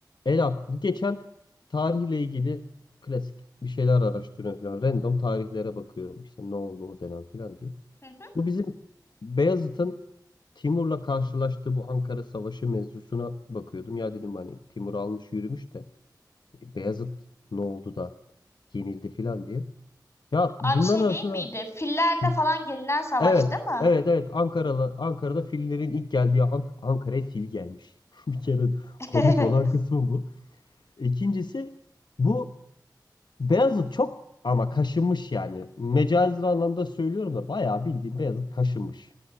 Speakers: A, on the left (about 80°); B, on the left (about 35°).
A: Ela, bu geçen tarihle ilgili klasik bir şeyler araştırıyorum falan. Random tarihlere bakıyorum işte ne oldu o dönem falan diye.
B: Hı hı.
A: Bu bizim Beyazıt'ın Timur'la karşılaştığı bu Ankara Savaşı mevzusuna bakıyordum. Ya dedim hani Timur almış yürümüş de e, Beyazıt ne oldu da yenildi falan diye. Ya bunların
B: Abi şey
A: arasında
B: değil miydi? Fillerle
A: Hı.
B: falan gelinen savaş
A: evet
B: değil mi?
A: evet evet Ankara'da Ankara'da fillerin ilk geldiği Ank- Ankara'ya fil gelmiş. <laughs> Bir kere
B: <laughs>
A: komik olan kısmı bu. İkincisi bu Beyazıt çok ama kaşınmış yani. Mecazi anlamda söylüyorum da bayağı bildiğim Beyazıt kaşınmış.